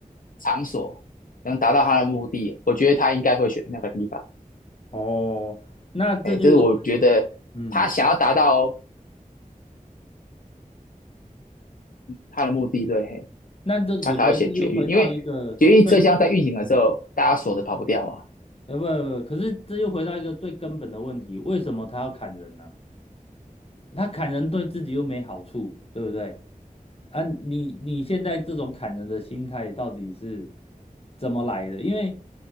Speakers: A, on the left (about 70°); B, on the left (about 45°).
A: 场所能达到他的目的，我觉得他应该会选那个地方。
B: 哦，那这就是
A: 哎，这是我觉得他想要达到
B: 嗯，
A: 他的目的，对，嘿，
B: 那这我觉得这就回到一个最
A: 他才会选捷运，因为捷运车厢在运行的时候，
B: 嗯，
A: 大家锁着跑不掉嘛。
B: 呃不不不，可是这又回到一个最根本的问题，为什么他要砍人呢、他砍人对自己又没好处，对不对？啊，你你现在这种砍人的心态到底是怎么来的？因为